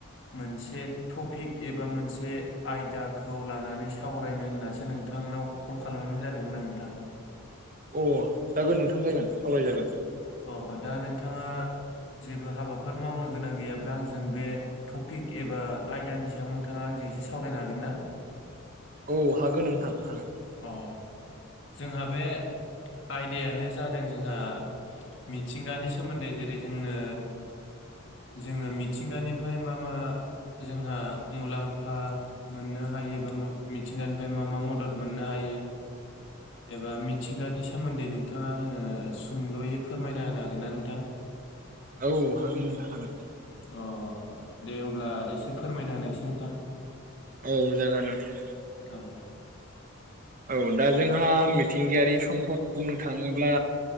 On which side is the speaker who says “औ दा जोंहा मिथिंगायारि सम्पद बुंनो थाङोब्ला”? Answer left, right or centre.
Right